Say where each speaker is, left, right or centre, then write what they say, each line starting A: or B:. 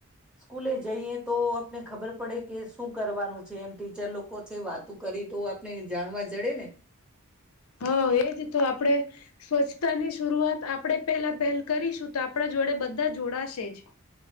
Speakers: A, in the centre; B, on the left.
A: સ્કૂલે જઈએ તો આપને ખબર પડે કે શું કરવાનું છે, એમ ટીચર લોકો કો છે વાત કરી તો આપને જાણવા જડે ને
B: હા, એજ તો આપણેે સ્વચ્છતાની શરૂઆત આપણેે પેલા પહેલ કરીશું તો આપણા જોડે બધા જોડાશે જ